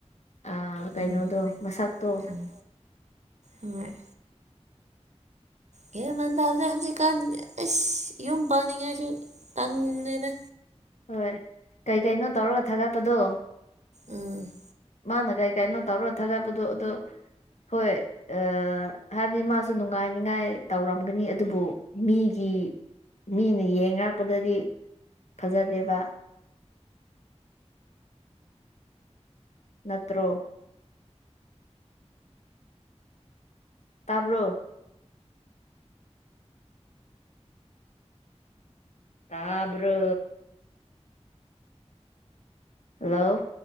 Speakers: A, on the left; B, on the right.
A: ꯑ ꯀꯩꯅꯣꯗꯣ
B: ꯎꯝ
A: ꯃꯁꯛꯇꯣ
B: ꯎꯝ ꯍꯣꯏ <unintelligible> ꯍꯧꯖꯤꯛꯀꯥꯟ ꯑꯩꯁ ꯌꯨꯝ ꯄꯥꯅꯤꯡꯉꯥꯏꯁꯨ ꯇꯟꯂꯦꯗꯥ
A: ꯍꯣꯏ ꯀꯩ ꯀꯩꯅꯣ ꯇꯧꯔꯒ ꯊꯥꯒꯠꯄꯗꯣ
B: ꯎꯝ
A: ꯃꯥꯅ ꯀꯩ ꯀꯩꯅꯣ ꯇꯧꯔꯣ ꯊꯥꯒꯠꯄꯗꯣ ꯑꯗꯨ ꯍꯣꯏ ꯑꯥ ꯍꯥꯏꯕꯗꯤ ꯃꯥꯁꯨ ꯅꯨꯡꯉꯥꯏꯅꯤꯉꯥꯏ ꯇꯧꯔꯝꯒꯅꯤ ꯑꯗꯨꯕꯨ ꯃꯤꯒꯤ ꯃꯤꯅ ꯌꯦꯡ ꯉꯛꯄꯗꯗꯤ ꯐꯖꯗꯦꯕ ꯅꯠꯇ꯭ꯔꯣ ꯇꯥꯕ꯭ꯔꯣ ꯇꯥꯕ꯭ꯔꯣ ꯍꯜꯂꯣ